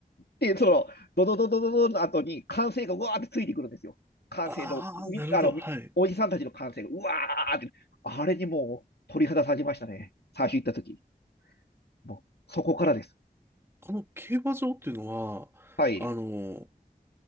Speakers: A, on the left; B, on the right.
A: で、その、ドドドドドドの後に歓声がうわーってついてくるんですよ。歓声の、
B: ああ、
A: みあの、
B: なるほど。
A: みおじさんたちの歓声がうわーって、
B: はい。
A: あれにもう鳥肌立ちましたね。最初行った時。もう、そこからです。
B: この競馬場っていうのは、
A: はい。
B: あの、